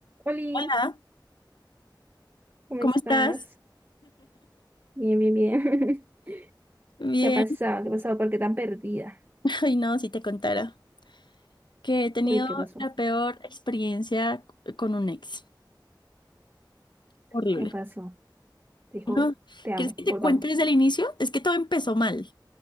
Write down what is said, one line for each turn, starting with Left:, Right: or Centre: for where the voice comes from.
Right: Oli,
Left: Hola,
Right: ¿cómo
Left: ¿cómo
Right: estás?
Left: estás?
Right: Bien, bien, bien. <laughs>
Left: Bien,
Right: ¿Qué ha pasado? ¿Qué ha pasado? ¿Por qué tan perdida?
Left: <laughs> ay no, si te contara que he tenido
Right: Uy, ¿qué pasó?
Left: la peor experiencia con un ex. Horrible.
Right: ¿Qué pasó? Dijo,
Left: No,
Right: te amo,
Left: ¿quieres que te
Right: volvamos.
Left: cuente desde el inicio? Es que todo empezó mal.